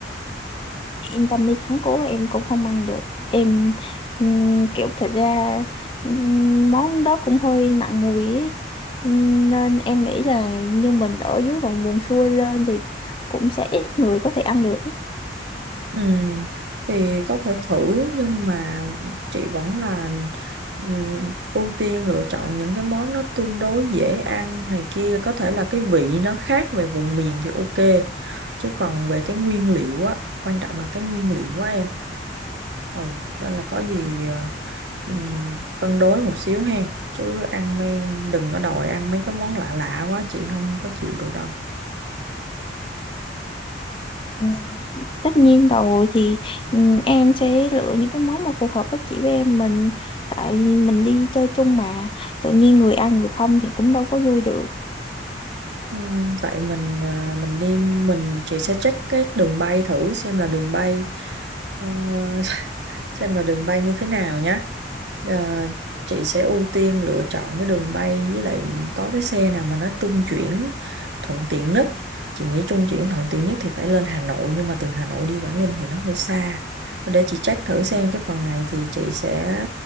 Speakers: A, on the left (about 30°); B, on the right (about 65°).
A: yên tâm đi thắng cố em cũng không ăn được em ừm, kiểu thật ra ừm, món đó cũng hơi nặng mùi ấy. Ừm, nên em nghĩ là như mình ở dưới vùng buồn xuôi lên thì cũng sẽ ít người có thể ăn được
B: ừ, thì có thể thử nhưng mà chị vẫn là ừ, ưu tiên lựa chọn những cái món nó tương đối dễ ăn này kia có thể là cái vị nó khác về vùng miền thì ok chứ còn về cái nguyên liệu á quan trọng là cái nguyên liệu á em ừ nên là có gì à, ừm, cân đối một xíu hen chứ ăn mấy đừng có đòi ăn mấy cái món lạ lạ quá chị không có chịu được đâu
A: Ừ, tất nhiên rồi thì ừ, em sẽ lựa những cái món mà phù hợp với chị với em mình tại mình đi chơi chung mà tự nhiên người ăn người không thì cũng đâu có vui được
B: Ừm, vậy mình à, mình đi mình chị sẽ check cái đường bay thử xem là đường bay ờ, <laughs> xem là đường bay như thế nào nhá Ờ, chị sẽ ưu tiên lựa chọn cái đường bay với lại có cái xe nào mà nó trung chuyển thuận tiện nhất. Chị nghĩ trung chuyển thuận tiện nhất thì phải lên Hà Nội nhưng mà từ Hà Nội đi Quảng Ninh thì nó hơi xa. Để chị check thử xem cái phần này thì chị sẽ